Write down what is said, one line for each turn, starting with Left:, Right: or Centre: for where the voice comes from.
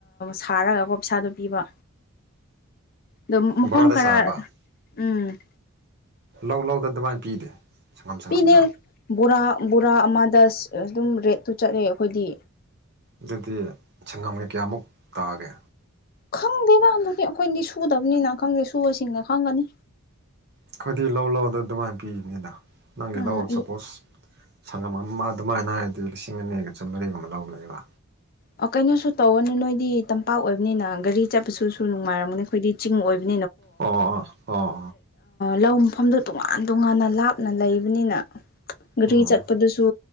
Left: ꯁꯥꯔꯒ ꯒꯣꯞꯁꯗꯣ ꯄꯤꯕ ꯑꯗ ꯃꯐꯝ
Right: ꯕꯣꯔꯥꯗ
Left: ꯈꯔ
Right: ꯁꯥꯕ
Left: ꯎꯝ
Right: ꯂꯧ ꯂꯧꯗꯅ ꯑꯗꯨꯃꯥꯏꯅ ꯄꯤꯗꯦ ꯁꯪꯉꯝ ꯁꯪꯉꯝꯗ
Left: ꯄꯤꯅꯦ ꯕꯣꯔꯥ ꯕꯣꯔꯥ ꯑꯃꯗꯁ ꯑꯗꯨꯝ ꯔꯦꯠꯇꯨ ꯆꯠꯂꯦ ꯑꯩꯈꯣꯏꯗꯤ
Right: ꯑꯗꯨꯗꯤ ꯁꯪꯒꯝꯒꯩ ꯀꯌꯥꯃꯨꯛ ꯇꯛꯑꯒꯦ
Left: ꯈꯪꯗꯦꯀꯥꯟꯗꯨꯗꯤ ꯑꯩꯈꯣꯏꯗꯤ ꯁꯨꯗꯕꯅꯤꯅ ꯈꯪꯗꯦ ꯁꯨꯕꯁꯤꯡꯅ ꯈꯪꯒꯅꯤ
Right: ꯑꯩꯈꯣꯏꯗꯤ ꯂꯧ ꯂꯧꯗ ꯑꯗꯨꯃꯥꯏꯅ ꯄꯤꯔꯤꯅꯤꯗ ꯅꯪꯒꯤ
Left: ꯎꯝ
Right: ꯂꯧ
Left: ꯑꯗꯨ
Right: ꯁꯄꯣꯁ ꯁꯪꯉꯝ ꯑꯗꯨꯃꯥꯏꯅ ꯍꯥꯏꯔꯗꯤ ꯂꯤꯁꯤꯡ ꯑꯅꯤꯒ ꯆꯨꯝꯂꯔꯤꯒꯨꯝ ꯑꯃ ꯂꯧꯕꯅꯤꯕ
Left: ꯑꯣ ꯀꯩꯅꯣꯁꯨ ꯇꯧꯔꯅꯤ ꯅꯣꯏꯗꯤ ꯇꯝꯄꯥꯛ ꯑꯣꯏꯕꯅꯤꯅ ꯒꯥꯔꯤ ꯆꯠꯄꯁꯨ ꯅꯨꯡꯉꯥꯏꯔꯝꯒꯅꯤ ꯑꯩꯈꯣꯏꯗꯤ ꯆꯤꯡ ꯑꯣꯏꯕ
Right: ꯑꯣ ꯑꯣ ꯑꯣ
Left: ꯅꯣ ꯃꯐꯝꯗꯨ ꯇꯣꯉꯥꯟ ꯇꯣꯉꯥꯟꯅ ꯂꯥꯞꯅ ꯂꯩꯕꯅꯤꯅ
Right: ꯑꯣ
Left: ꯒꯥꯔꯤ
Right: ꯑꯣ
Left: ꯆꯠꯄꯗꯨꯁꯨ